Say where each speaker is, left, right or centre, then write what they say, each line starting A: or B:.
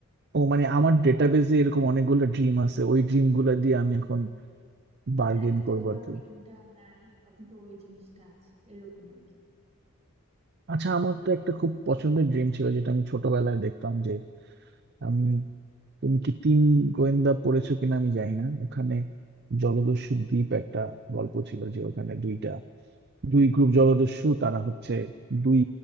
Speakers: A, on the right; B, on the right.
A: ও মানে আমার ডেটাবেজে এরকম অনেকগুলো ড্রিম আছে ওই ড্রিম গুলা দিয়ে আমি এখন বার্গেন
B: হ্যাঁ কিন্তু
A: করবো
B: ওর
A: আর
B: আবার
A: কি
B: ওই ড্রিমটা নাই বা কিন্তু ওর ওই জিনিসটা আছে এরকম আর কি
A: আচ্ছা আমার তো একটা খুব পছন্দের ড্রিম ছিল যেটা আমি ছোটবেলায় দেখতাম যে আমি তুমি কি তিন গোয়েন্দা পড়েছো কিনা আমি জানি না ওখানে জলদস্যু দ্বীপ একটা গল্প ছিল যে ওখানে দুইটা দুই গ্রুপ জলদস্যু তারা হচ্ছে দুই